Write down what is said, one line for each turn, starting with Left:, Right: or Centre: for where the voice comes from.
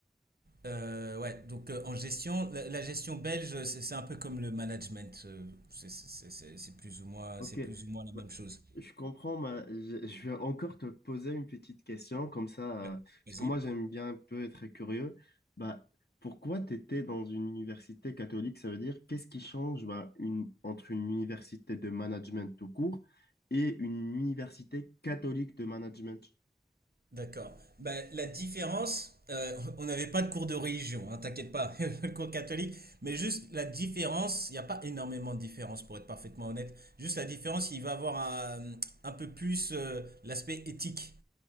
Right: Euh, ouais, donc euh, en gestion, la, la gestion belge, c'est c'est un peu comme le management, euh, c'est c'est- c'est- c'est plus ou moins,
Left: Ok,
Right: c'est plus ou moins la même
Left: Bah,
Right: chose.
Left: je comprends, mais je, je vais encore te poser une petite question, comme ça,
Right: Ouais,
Left: euh,
Right: Vas-y.
Left: parce que moi j'aime bien un peu être curieux. Bah, pourquoi tu étais dans une université catholique? Ça veut dire qu'est-ce qui change bah, une, entre une université de management tout court et une université catholique de management?
Right: D'accord. Ben, la différence, euh, on n'avait pas de cours de religion, hein, t'inquiète pas, <laughs> il y avait pas le cours catholique, mais juste la différence, il n'y a pas énormément de différence pour être parfaitement honnête. Juste la différence, il va avoir un, un peu plus euh, l'aspect éthique.